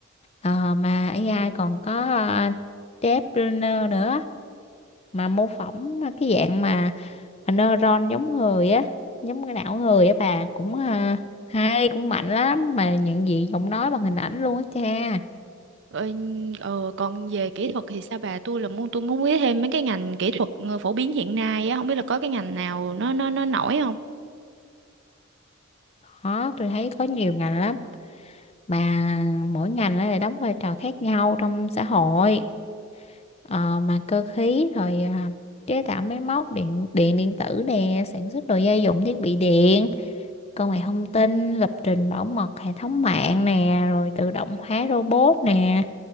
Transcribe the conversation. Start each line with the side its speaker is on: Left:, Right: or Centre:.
Left: Ờ, mà AI còn có uh, deep learner nữa mà mô phỏng cái dạng mà neuron giống người á giống cái não người á bà cũng ờ, hay cũng mạnh lắm mà nhận diện giọng nói bằng hình ảnh luôn á cha
Right: Ờ, ờ, còn về kỹ thuật thì sao bà tôi là muốn tôi muốn biết thêm mấy cái ngành kỹ thuật ờ, phổ biến hiện nay á không biết là có cái ngành nào nó nó nó nổi không
Left: đó tôi thấy có nhiều ngành lắm mà mỗi ngành nó lại đóng vai trò khác nhau trong xã hội Ờ, mà cơ khí rồi à, chế tạo máy móc điện điện điện tử nè sản xuất đồ gia dụng thiết bị điện công nghệ thông tin lập trình bảo mật hệ thống mạng nè rồi tự động hóa robot nè